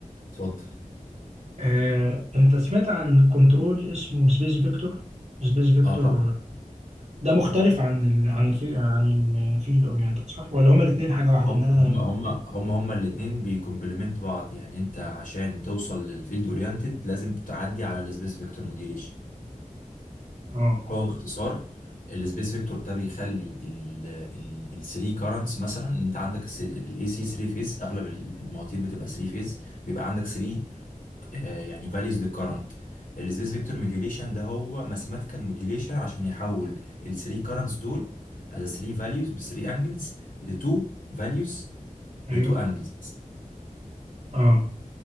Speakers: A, on the left; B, on the right.
A: اتفضل
B: آه، انت سمعت عن كنترول اسمه سبيس فيكتور سبيس فيكتور
A: اه طبعا
B: ده مختلف
A: اه طبعا
B: عن ال... عن الفي... عن الفيلد اورينتد صح ولا هما الاثنين حاجه واحده
A: هم
B: لان انا
A: هم هم هم الاثنين بيكمبلمنت بعض يعني انت عشان توصل للفيلد اورينتد لازم تعدي على السبيس فيكتور موديوليشن
B: اه
A: هو باختصار السبيس فيكتور ده بيخلي ال 3 كارنتس مثلا ان انت عندك الاي سي 3 فيز اغلب ال- المواتير بتبقى 3 فيز بيبقى عندك 3 آه، يعني values للكرنت السبيس فيكتور موديوليشن ده هو ماثيماتيكال موديوليشن عشان يحول ال 3 currents دول as 3 values ب 3 angles ل 2 values ب
B: ايوه
A: 2 angles
B: اه